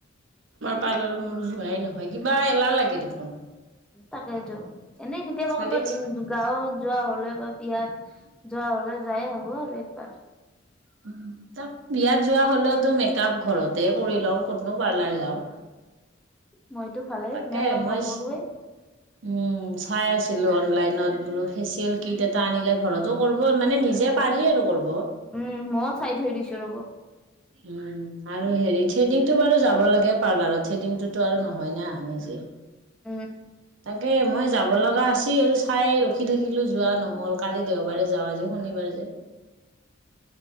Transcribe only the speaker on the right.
পাৰ্লাৰত মোৰ যোৱাই নহয় কিবা এলাহ লাগে দেখোন।
খালি
উম, তাক বিয়াত যোৱা হলেওতো মেক আপ ঘৰতে কৰি লওঁ কতনো পাৰ্লাৰ যাওঁ।
তাকে
মই
উম চাই আছিলো অনলাইনত বোলো ফেচিয়েল কিট এটা আনিলে ঘৰতো কৰিব মানে নিজে পাৰি আৰু কৰিব।
উম আৰু হেৰি থ্ৰেডিংটো বাৰু যাব লাগে পাৰ্লাৰত থ্ৰেডিংটোতো আৰু নহয় না নিজে।
তাকে মই যাব লগা আছিল চাই ৰখি থাকিলো যোৱা নহল কালি দেওবাৰে যাওঁ আজি শনিবাৰ যে।